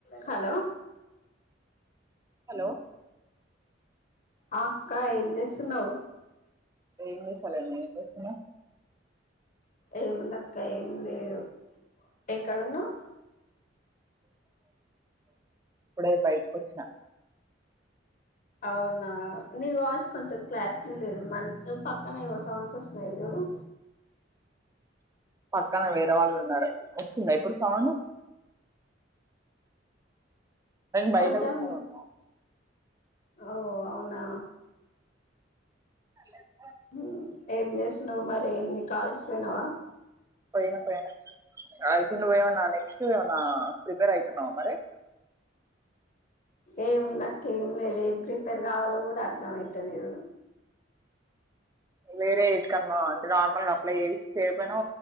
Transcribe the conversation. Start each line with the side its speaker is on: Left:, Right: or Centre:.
Left: Hello
Right: hello
Left: ఆ అక్కా ఏం చేస్తున్నవ్
Right: ఏం చేస్తాలేన్ నువ్వేం చేస్తున్నావ్
Left: ఏముంది అక్క ఏం లేదు. ఎక్కడున్నవ్
Right: ఇప్పుడే బయటికొచ్చిన
Left: అవునా నీ వాయిస్ కొంచం క్లారి ట్లేలేదు. మన్ పక్కన ఏవో సౌండ్స్ వస్తున్నాయి చూడు
Right: పక్ కానీ వేరే వాళ్ళు ఉన్నారు. వస్తుందా ఇప్పుడు సౌండ్ నేను బయట
Left: కొంచెం
Right: కూర్చొని ఉన్నా
Left: ఓ అవునా
Right: <inaudible>
Left: మ్మ్ ఏం చేస్తున్నావు మరి ఏంది కాలేజ్కి పోయినావా
Right: పోయినా పోయిన నువ్ ఏమన్నా నెక్స్ట్ ఏమనా ప్రిపేర్ అయ్ తున్నావా మరి
Left: ఏం దక్క ఏం లేదు ఏం ప్రిపేర్ కావాలో కూడా అర్థం అయితలేదు
Right: వేరే ఇటుకనమా అంటే నార్మల్గా అప్లై చేసి చేయపోయినా